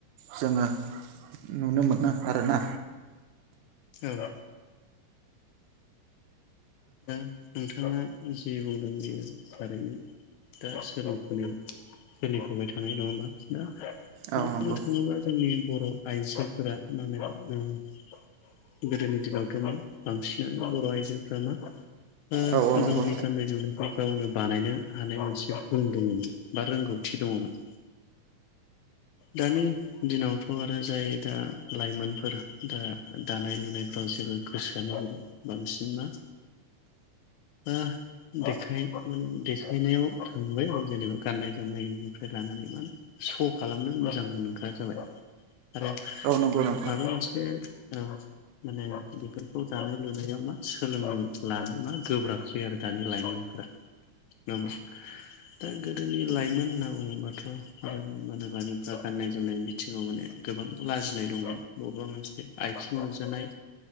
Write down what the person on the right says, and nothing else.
जोङो नुनो मोनो आरोना
औ
नंगौ
औ औ नंगौ
औ नंगौ नंगौ